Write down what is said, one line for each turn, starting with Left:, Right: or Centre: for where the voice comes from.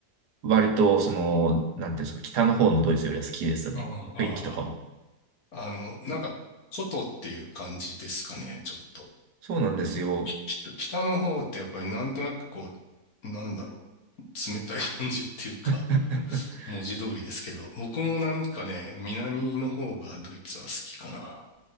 Right: 割と、その、なんていうんですか、北の方のドイツよりは好きですね。
Left: ああ、
Right: 雰囲気とかも。
Left: ああ。あの、なんか、古都っていう感じですかね、ちょっと。
Right: そうなんですよ。
Left: ちょっと北の方ってやっぱりなんとなくこう、なんだろう、冷たい感じっていうか、
Right: <laughs>
Left: 文字通りですけど、僕もなんかね、南の方がドイツは好きかな。